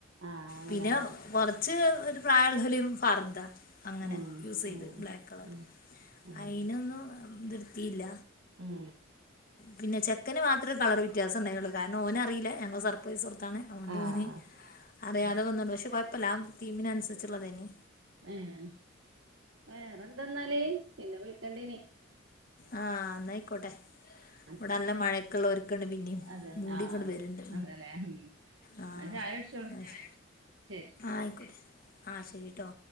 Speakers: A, on the right; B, on the left.
A: ആഹ് അങ്ങനെയാണ്
B: പിന്നെ
A: എടുക്ക
B: കുറച്ച് ഒരു പ്രായൽലോലും ഫർദ അങ്ങനെ
A: ഉം
B: യൂസ് ചെയ്ത്
A: ഉം
B: ബ്ലാക്ക് കളർ
A: ഉം ഉം
B: അയിനൊന്നും നിർത്തിയില്ല
A: ഉം
B: പിന്നെ ചെക്കന് മാത്രേ കളർ വ്യത്യാസംണ്ടയുള്ളൂ കാരണം ഓന്അറിയില്ല ഞങ്ങൾ സർ പോയി സറത്താണ് അതോണ്ട്
A: ആഹ്
B: ഓന് അറിയാതെ
A: അയ്ശരി
B: വന്നണ്ട് പക്ഷെ കൊയ് പ്പല്ലാം തീമിന അനുസരിച്ചുള്ളദേനി
A: ഏഹ് വേറെന്താെന്നാലേ പിന്നെ വിളിക്കണ്ടേനി
B: ആഹ് ന്ന ആയിക്കോട്ടെ ഇവിടെ
A: ശരി
B: നല്ല മഴയൊക്കെള്ള ഒരുക്കണ്ട് പിന്നെയും
A: അതെ
B: മൂടിക്കൊണ്ട്
A: ആഹ്
B: വരുണ്ട്
A: അതെല്ലേ ഉം
B: ആഹ്
A: ന്നാ ചായ കുടിച്ചോളൂ ശരി
B: ആയിക്കോട്ടെ ആഹ് ശരിട്ടോ